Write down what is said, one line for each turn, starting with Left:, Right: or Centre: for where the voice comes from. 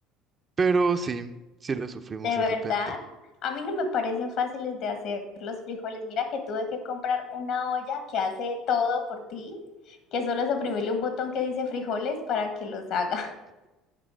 Right: Pero sí, sí lo sufrimos
Left: ¿De
Right: de
Left: verdad?
Right: repente.
Left: A mí no me parecen fáciles de hacer los frijoles. Mira que tuve que comprar una olla que hace todo por ti, que solo es oprimirle un botón que dice frijoles para que los haga. <laughs>